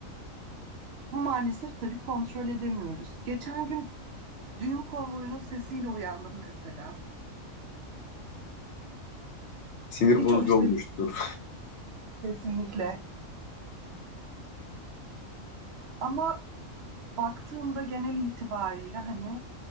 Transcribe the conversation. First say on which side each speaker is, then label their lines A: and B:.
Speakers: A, on the right; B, on the left.
A: Bu maalesef tabii kontrol edemiyoruz. Geçen gün düğün konvoyunun sesiyle uyandım mesela.
B: Sinir
A: Hiç
B: bozucu
A: hoş
B: olmuştur. <laughs>
A: Kesinlikle. Ama baktığımda genel itibariyle hani